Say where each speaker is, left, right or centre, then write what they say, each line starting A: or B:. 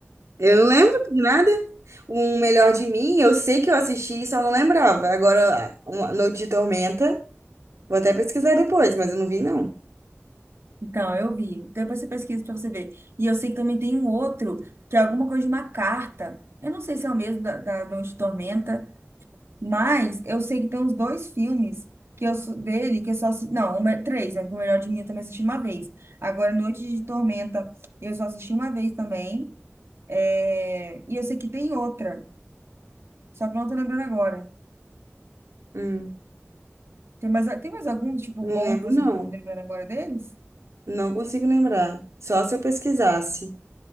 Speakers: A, on the right (about 80°); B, on the right (about 65°).
A: Eu não lembro de nada. O Melhor de Mim, eu sei que eu assisti, só não lembrava. Agora, uma Noite de Tormenta. Vou até pesquisar depois, mas eu não vi, não.
B: Então, eu vi. Depois você pesquisa para você ver. E eu sei que também tem um outro, que é alguma coisa de uma carta. Eu não sei se é o mesmo da, da Noite de Tormenta, mas eu sei que tem uns dois filmes que eu sou- dele que eu só assisti. Não, uma, é, três, né? Porque O Melhor de Mim eu também assisti uma vez. Agora, Noite de Tormenta, eu só assisti uma vez também. É, E eu sei que tem outra, só que eu não tô lembrando agora.
A: Hum.
B: Tem mais, tem mais algum, tipo,
A: Não
B: bom
A: lembro,
B: que você
A: não.
B: está lembrando agora deles?
A: Não consigo lembrar. Só se eu pesquisasse.